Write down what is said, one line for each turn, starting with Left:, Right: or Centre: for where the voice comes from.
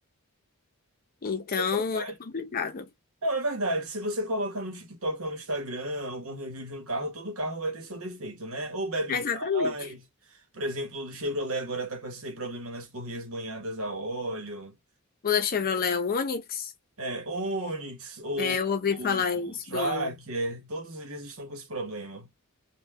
Left: Então
Right: É verdade.
Left: é complicado.
Right: Não, é verdade. Se você coloca no TikTok ou no Instagram algum review de um carro, todo carro vai ter seu defeito, né? Ou bebe
Left: Exatamente.
Right: demais. Por exemplo, o do Chevrolet agora tá com esse problema nas correias banhadas a óleo.
Left: O da Chevrolet o Onix,
Right: É, Onix ou
Left: é, eu ouvi
Right: o
Left: falar isso
Right: Tracker,
Left: do Onix.
Right: todos eles estão com esse problema.